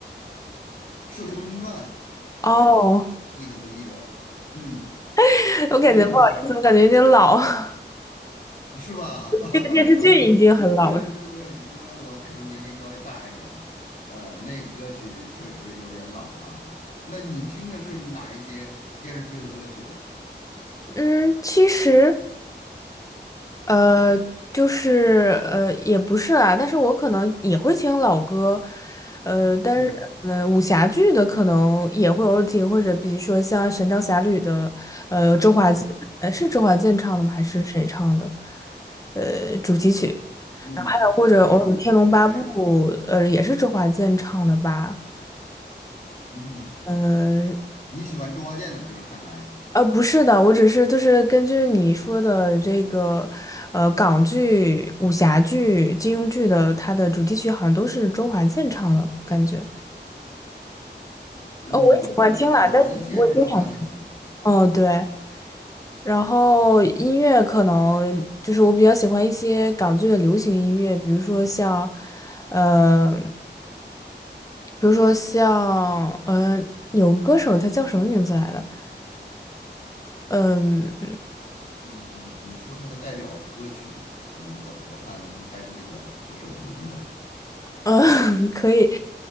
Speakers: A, on the left; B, on the left.
A: 《射雕英雄传》，
B: 哦，
A: 你还记得不记得？嗯，
B: <laughs> 我感觉不好意思，
A: 那个
B: 我感觉有点老。<laughs>
A: 是吧？<laughs> 啊，
B: 这个电视剧已经很老了。
A: 对对对对，因为我可能年龄稍微大一点，呃，那个歌曲确实有点老了。那你听的是哪一些电视剧的歌曲？
B: 嗯，其实。呃，就是呃，也不是啦，但是我可能也会听老歌，呃，但是嗯、
A: 嗯
B: 呃武侠剧的可能也会偶尔听，或者比如说像《神雕侠侣》的，呃，周华健，
A: 嗯
B: 呃，是周华健唱的吗？还是谁唱的？呃，主题曲，
A: 嗯，
B: 然后还有或者偶尔《天龙八部》，
A: 对对，
B: 呃，也是周华健唱的吧？
A: 嗯，
B: 呃
A: 你喜欢周华健的歌，看来，
B: 呃，不是的，我只是就是根据你说的这个，呃，港剧、武侠剧、金庸剧的，它的主题曲好像都是周华健唱的感觉。
A: 嗯，
B: 哦，我也喜欢听啦，
A: 有一些是周华健唱的，
B: 但是不会经常听。
A: 对，
B: 哦，对，然后音乐可能就是我比较喜欢一些港剧的流行音乐，比如说像，呃，比如说像，呃，有个歌手他叫什么名字来的？嗯。
A: 嗯，你说他的代表歌曲的名字，我看能不能猜出这个歌手的名字？
B: 嗯，<laughs> 可以，